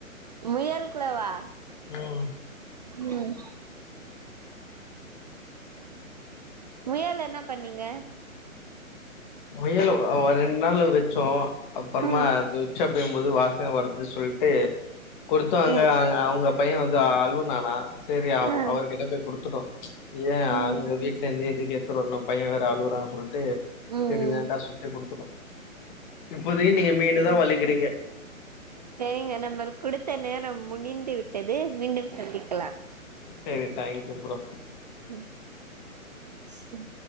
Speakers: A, on the right; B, on the left.
A: முயல் கூடவா
B: ம்
A: ம் முயல என்ன பண்ணீங்க
B: முயலோ ப வ ரெண்டு நாள்ல வச்சோம் அப்பறமா
A: ம்
B: அது உச்சா பெயும்போது வாசன வருது சொல்ட்டு கொடுத்தாங்க
A: ம்
B: அ அவுங்க பையன் வந்து அளுவுனா நா சரி அவ
A: ஆ
B: அவர்கிட்ட போய் குடுத்துட்டோம் ஏன்
A: ம்
B: அங்க வீட்ல இருந்து எதுக்கே ஒருத்தரு வரனும் பையன் வேற அழுவறான் சொல்ட்டு
A: ம்
B: சரி வேண்டா சொல்ட்டு குடுத்துட்டோம் இப்போதிக்கு நீங்க மீனு தா வளக்கிறீங்க
A: செரிங்க நம்மளுக்கு கொடுத்த நேரம் முடிந்து விட்டது மீண்டும் சந்திக்கலாம்
B: சரி தேங்க்யூ ப்ரோ
A: ம் சரி